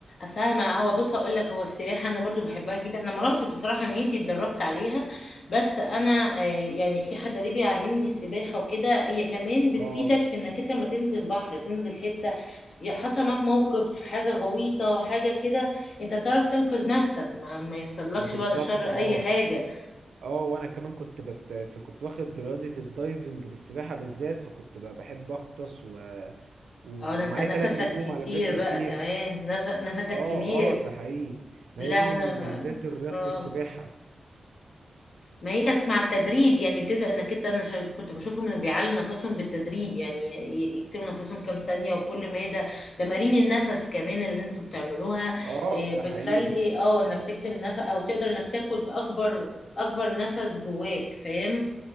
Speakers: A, on the left; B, on the right.
A: فاهمة هو بص هقول لك هو السباحة أنا برضو بحبها جدا أنا ما رحتش بصراحة نيتي اتدربت عليها بس أنا آه، يعني في حد قريبي علمني السباحة وكده هي كمان بتفيدك
B: اه
A: في إنك أنت لما تنزل بحر تنزل حتة يا حصل معاك موقف حاجة غويطة حاجة كده أنت بتعرف تنقذ نفسك ما, ما يحصلكش
B: بالظبط
A: بعد الشر
B: اه
A: أي حاجة
B: اه وانا كمان كنت بت... فكنت واخد رياضة الدايفنج في السباحة بالذات فكنت ب... بحب اغطس و... ومعايا
A: اه ده أنت نفسك
B: ثلاث نجوم
A: كتير
B: على فكرة
A: بقى
B: فيها
A: كمان نف... نفسك
B: اه
A: كبير
B: اه ده حقيقي ما
A: لا
B: هي دي من
A: أنا
B: مميزات رياضة
A: ما...
B: السباحة
A: ما هي مع التدريب يعني بتبدأ انك انت انا شا- كنت بشوفهم انه بيعلوا نفسهم بالتدريب يعني ي- يكتموا نفسهم كام ثانية وكل مادة تمارين النفس كمان اللي انتوا بتعملوها
B: اه
A: إيه،
B: ده
A: بتخلي
B: حقيقي
A: اه انك تكتم نفس او تقدر انك تاخد اكبر اكبر نفس جواك فاهم